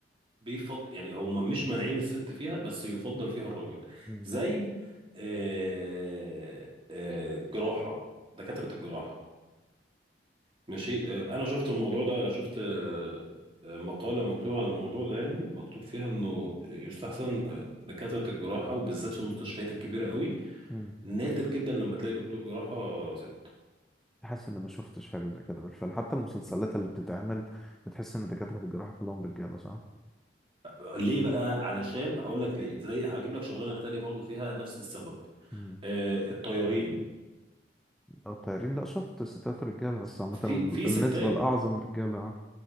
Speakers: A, on the right; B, in the centre.
A: بيفضل يعني هم مش مانعين الست فيها بس يفضل فيها الراجل
B: مم.
A: زي آه آه جراحة دكاترة الجراحة ماشي آه، انا شفت الموضوع ده شفت آه، آه، مقالة مكتوبة عن الموضوع ده يعني مكتوب فيها انه يستحسن آه، دكاترة الجراحة وبالذات في المستشفيات الكبيرة قوي
B: مم.
A: نادر جدا لما تلاقي دكتور جراحة ست
B: حاسس ان ما شفتش حاجه زي كده بالفعل حتى المسلسلات اللي بتتعمل بتحس ان دكاتره الجراحه كلهم رجاله صح
A: ليه بقى علشان هقول لك ليه زي هجيب لك شغلانة تانية برضو فيها نفس السبب
B: امم
A: آه، الطيارين
B: او طيارين لا شفت ستات رجاله بس عامه
A: في
B: ال-
A: في
B: النسبه
A: ستات
B: الاعظم رجاله